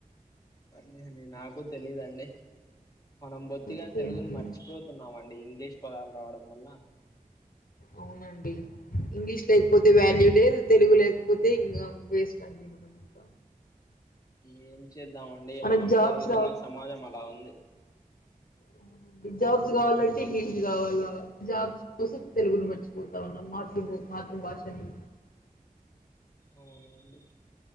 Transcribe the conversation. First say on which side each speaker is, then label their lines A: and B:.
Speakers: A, on the left; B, on the left.
A: లేదండి నాకు తెలీదు అండి మనం బొత్తిగా
B: ఓకే
A: తెలుగుని
B: అండి
A: మర్చిపోతున్నామండి ఇంగ్లీష్ పదాలు రావడం వల్ల
B: అవునండి ఇంగ్లీష్ లేకపోతే వాల్యూ లేదు తెలుగు లేకపోతే ఇంగ వేస్ట్ అండి మనం ఇంక
A: ఏం చేద్దామండి
B: మనకు
A: మనం
B: జాబ్స్
A: పెరుగుతున్న సమాజం అలా ఉంది
B: అవునండి జాబ్స్ కావాలంటే ఇంగ్లీష్ కావల్ల జాబ్స్ కోసం తెలుగుని మర్చి పోతా ఉన్నాం మాతృబో మాతృభాషని
A: అవున అండి